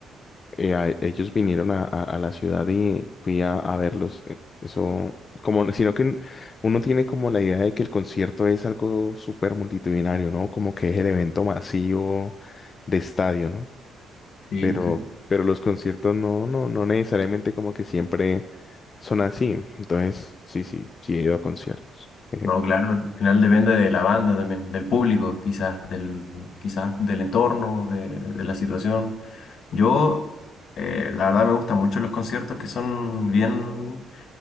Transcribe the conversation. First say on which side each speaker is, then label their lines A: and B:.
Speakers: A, on the left (about 40°); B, on the left (about 65°).
A: eh, a- ellos vinieron a, a- a la ciudad y fui a, a verlos. eh, Eso, como, <laughs> sino que n- uno tiene como la idea de que el concierto es algo súper multitudinario, ¿no? Como que es el evento masivo de estadio, ¿no?
B: sí,
A: Pero,
B: sí.
A: pero los conciertos no, no, no necesariamente como que siempre son así. Entonces, sí, sí, sí he ido a conciertos. eh,
B: No, claro, al final depende de la banda también, del público, quizás, del, quizás del entorno, de, de la situación. Yo, eh, la verdad, me gustan mucho los conciertos que son bien